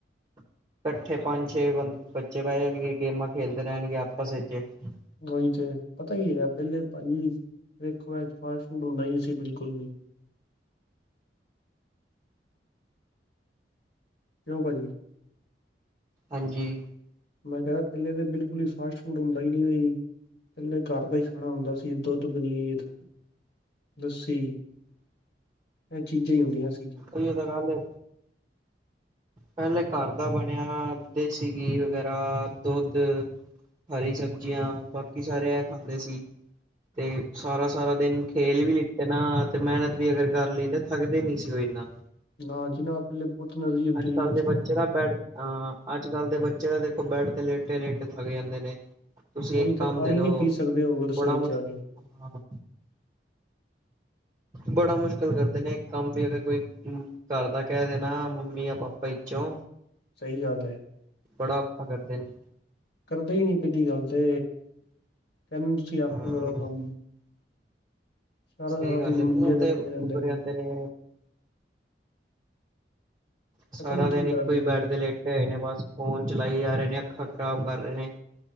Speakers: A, on the right (about 25°); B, on the left (about 65°).
A: ਇਕੱਠੇ ਪੰਜ ਛੇ ਬੱਚੇ ਬੈੰਗੇ ਗੇਮਾਂ ਖੇਲਦੇ ਰਹਿਣਗੇ ਆਪਸ ਚ <unintelligible>
B: ਗਲੀ ਚ ਪਤਾ ਕੀ ਹੈਗਾ ਪਹਿਲੇ ਭਾਜੀ ਵੇਖੋ ਅੱਜ ਫਾਸਟ ਫੂਡ ਹੁੰਦਾ ਹੀ ਨਹੀਂ ਸੀ ਬਿਲਕੁਲ ਵੀ ਕਿਂ ਕੁ ਜੀ <unintelligible>
A: ਹਾਂਜੀ,
B: ਮੈਂ ਕਹਿ ਰਿਹਾ ਪਿੱਲੇ ਤੇ ਬਿਲਕੁਲ ਹੀ ਫਾਸਟ ਫੂਡ ਹੁੰਦਾ ਹੀ ਨਹੀਂ ਪਹਿਲੇ ਘਰ ਦਾ ਹੀ ਖਾਣਾ ਹੁੰਦਾ ਸੀ ਦੁੱਧ ਪਨੀਰ ਲੱਸੀ ਇਹ ਚੀਜ਼ਾਂ ਹੀ ਹੁੰਦੀਆਂ ਸੀ
A: ਇਹੀਓ ਤਾਂ ਗੱਲ ਏ ਪਹਿਲੇ ਘਰ ਦਾ ਬਣਿਆ ਦੇਸੀ ਘੀ ਵਗੈਰਾ ਦੁੱਧ ਹਰੀ ਸਬਜ਼ੀਆਂ ਬਾਕੀ ਸਾਰੇ ਇਹ ਖਾਂਦੇ ਸੀ ਤੇ ਸਾਰਾ ਸਾਰਾ ਦਿਨ ਖੇਲ ਵੀ ਲਿੱਤੇ ਨਾ ਤੇ ਮਿਹਨਤ ਵੀ ਅਗਰ ਕਰ ਲਈ ਤੇ ਥੱਕਦੇ ਨੀ ਸੀ ਦੋ ਇਨਾਂ
B: ਨਾ ਜੀ ਨਾ ਪਹਿਲੇ ਬਹੁਤ ਐਨਰਜੀ ਹੁੰਦੀ ਸੀ
A: ਕੱਲ੍ਹ
B: ਬੱਚਿਆਂ
A: ਦੇ ਬੱਚੇ
B: ਚ
A: ਬੈਡ ਹਾਂ ਅੱਜ ਕੱਲ੍ਹ ਦੇ ਬੱਚੇ ਤਾਂ ਦੇਖੋ ਬੈਡ ਤੇ ਲੇਟੇ ਲੇਟੇ ਥੱਕ ਜਾਂਦੇ ਨੇ ਤੁਸੀਂ
B: ਉਹੀ
A: ਇੱਕ
B: ਤੇ
A: ਕੰਮ
B: ਪਾਣੀ
A: ਦੇ
B: ਨੀ
A: ਦੋ
B: ਪੀ ਸਕਦੇ ਹੋ ਰਸੋਈ
A: ਬੜਾ ਮੁਸ਼ਕ
B: ਚ ਜਾ ਕੇ
A: ਬੜਾ ਮੁਸ਼ਕਲ ਕਰਦੇ ਨੇ ਇੱਕ ਕੰਮ ਵੀ ਅਗਰ ਕੋਈ ਘਰ ਦਾ ਕਹਿ ਦੇਣਾ ਮੰਮੀ ਜਾਂ ਪਾਪਾ ਇੱਚੋ
B: ਸਹੀ ਗੱਲ ਹੈ
A: ਬੜਾ <unintelligible> ਕਰਦੇ ਨੇ
B: ਕਰਦੇ ਹੀ ਨੀ ਪਹਿਲੀ ਗੱਲ ਤੇ ਕਹਿੰਦੇ ਤੁਸੀਂ ਆਪੇ
A: ਹਾਂ
B: ਕਰੋ ਕੰਮ ਸਾਰਾ
A: ਸਹੀ
B: ਸਾਰਾ
A: ਗੱਲ
B: ਦਿਨ
A: ਏ
B: ਮੰਜੇ
A: ਮੂੰਹ ਤੇ
B: ਪਏ
A: ਮੁਕਰ
B: ਰਹਿੰਦੇ
A: ਜਾਂਦੇ ਨੇ ਸਾਰਾ
B: ਪਤਾ ਨੀ
A: ਦਿਨ
B: ਕੀ ਕਰਨਗੇ
A: ਇੱਕੋ ਹੀ ਬੈਡ ਤੇ ਲੇਟੇ ਹੋਏ ਨੇ ਬਸ ਫੋਨ ਚਲਾਈ ਜਾ ਰਹੇ ਨੇ ਅੱਖਾਂ ਖ਼ਰਾਬ ਕਰ ਰਹੇ ਨੇ